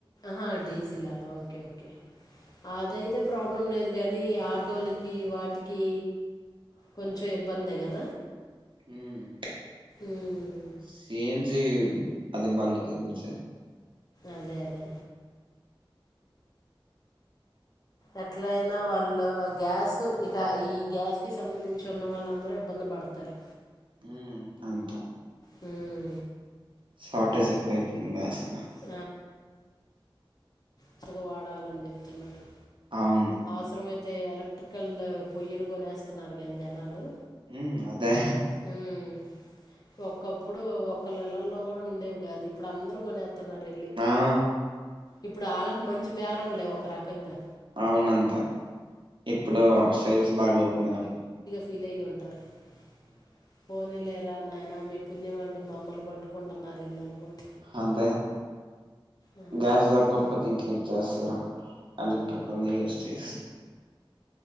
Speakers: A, on the left; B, on the right.
A: హా ీసల్ ఓకే ఓకే అద ఇద ప్రాబ్లం లేదు కానీ ఆటోలకి వాటికి కొంచెం ఇబ్బందే కదా
B: హ్మ్మ్
A: మ్మ్.
B: సీన్ అదే బల్క విచారు
A: అదే అదే ఎట్ల అయినా వాళ్ళు గ్యాస్ ఇక ఈ గ్యాస్కి సంబంధించి ఉన్న వాళ్ళుందరూ ఇబ్బంది పడతారు
B: ఉ అంతే
A: హ్మ్మ్
B: షార్టజ్ ఎకువ అయిపోతుందిస్
A: ఆ త్తగ వాడాలని చెప్తున్నారు
B: అవును
A: అవసరంయితే అయితే ఎలక్ట్రికల్ పొయ్యలు కొనేస్తున్నారు కానీ జనాలు
B: ఉ అదే
A: ఉమ్, ఒకప్పుడు ఒక ఇళ్లల్లో కూడా ఉండేవి కాదు ఇప్పుడు అందరుూ కొనేస్తున్నారు వెళ్ళి
B: ఆ
A: ఇప్పుడు వాళ్ళకు మంచి బేరం లేవు ఒక రకంగా
B: అవునుంత ఇప్పుడు సేల్స్ బాగ అవుతున్నాయి వాళ్ళకి
A: ఉ <unintelligible> నాయన మీ పుణ్యం అంటే మమ్మల్ని పట్టుకుంటున్నారు ఇల్లు అనుకుంట
B: అదే
A: ఆ,
B: గ్యాస్ దొకపోతే ఇంక ఇట్ చేస్తారు ఎలక్ట్రికల్ యూస్్ చేస్త